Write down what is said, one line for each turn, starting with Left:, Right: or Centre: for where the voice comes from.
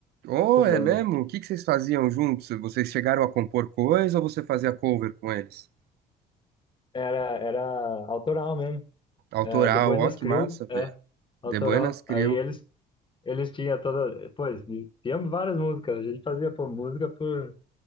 Right: Oh,
Left: com
Right: é
Left: banda.
Right: mesmo? O que que vocês faziam juntos? Vocês chegaram a compor coisa ou você fazia cover com eles?
Left: Era, era autoral mesmo.
Right: Autoral,
Left: É, The Buenas
Right: ó, que
Left: Crew,
Right: massa, velho.
Left: é, autoral.
Right: The Buenas Crew.
Left: Aí eles, eles tinham toda. Pô, eles tinham várias músicas. A gente fazia, pô, música por,